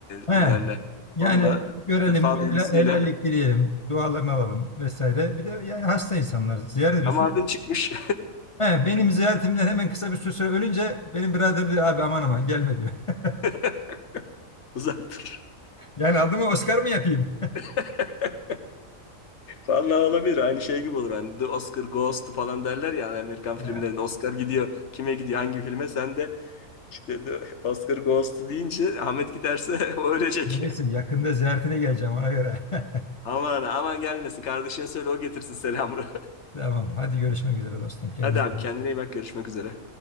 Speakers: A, on the left; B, on the left.
A: He.
B: mi derler?
A: Yani
B: Onunla
A: görelim,
B: vefa
A: hele-
B: duygusuyla.
A: helallik dileyelim, dualarını alalım vesaire. Bir de yani hasta insanlar ziyaret ediyorsun.
B: Ama adın çıkmış.
A: He, benim ziyaretimden hemen kısa bir süre sonra ölünce benim birader diyor abi aman aman gelme diyor. <laughs>
B: <laughs> Uzaktır.
A: Yani adımı Oscar mı yapayım?
B: <laughs> Vallahi olabilir. Aynı şey gibi olur. Hani The Oscar Goes to falan derler ya hani Amerikan filmlerinde.
A: He.
B: Oscar gidiyor. Kime gidiyor? Hangi filme? Sen de işte The Oscar Goes to deyince Ahmet giderse <laughs> o ölecek.
A: Neyse yakında ziyaretine geleceğim ona göre. <laughs>
B: Aman aman gelmesin. Kardeşine söyle o getirsin selamını. <laughs>
A: Devam. Hadi görüşmek üzere dostum. Kendine.
B: Hadi abi
A: iyi
B: kendine
A: bak.
B: iyi bak. Görüşmek üzere.